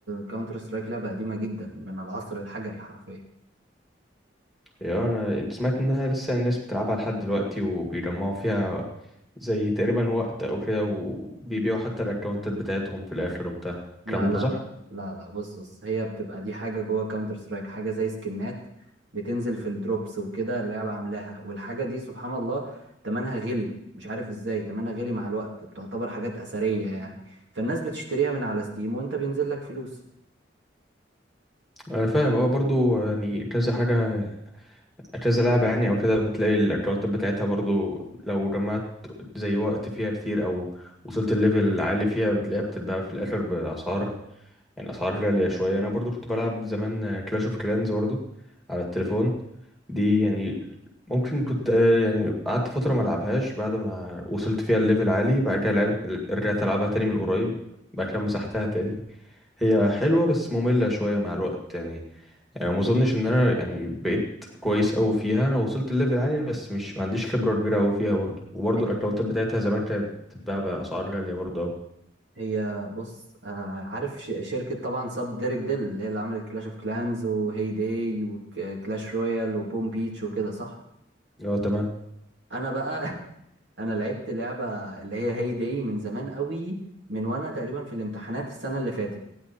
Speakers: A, on the right; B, in the centre.
A: كاونتر سترايك لعبة قديمة جدا من العصر الحجري حرفيا
B: هي انا انت سمعت انها لسه الناس بتلعبها لحد دلوقتي وبيجمعوا فيها زي تقريبا وقت او كده وبيبيعوا حتى الاكونتات بتاعتهم في الاخر وبتاع الكلام
A: لا لا
B: ده صح
A: لا لا لا بص بص هي بتبقى دي حاجة جوه كاونتر سترايك حاجة زي سكنات بتنزل في الدروبس وكده اللعبة عاملاها والحاجة دي سبحان الله تمنها غلي مش عارف ازاي تمنها غلي مع الوقت بتعتبر حاجات أثرية يعني فالناس بتشتريها من على ستيم وانت بينزل لك فلوس
B: انا فاهم اه برضو يعني كذا حاجه كذا لعبه يعني او كده بتلاقي الاكونتات بتاعتها برضو لو جمعت زي وقت فيها كتير او وصلت الليفل عالي فيها بتلاقيها بتتباع في الاخر باسعار يعني الاسعار غاليه شويه انا برضو كنت بلعب زمان كلاش اوف كلانز برضو على التليفون دي يعني ممكن كنت آه، يعني قعدت فتره ما العبهاش بعد ما وصلت فيها الليفل عالي بعد كده لعب... رجعت العبها تاني من قريب بعد كده مسحتها تاني هي حلوه بس ممله شويه مع الوقت يعني يعني ما اظنش ان انا يعني بقيت كويس قوي فيها انا وصلت الليفل عالي بس مش ما عنديش خبره كبيره قوي فيها برضو وبرضو
A: هي
B: الاكونتات بتاعتها زمان كانت بتتباع باسعار غاليه برضو أوي.
A: هي بص آه عارف ش- شركة طبعا ساب ديريك ديل اللي هي اللي عملت كلاش اوف كلانز وهي داي وكلاش رويال وبوم بيتش وكده صح
B: اه تمام
A: انا بقى <laughs> انا لعبت لعبه اللي هي هي داي من زمان قوي من وانا تقريبا في الامتحانات السنه اللي فاتت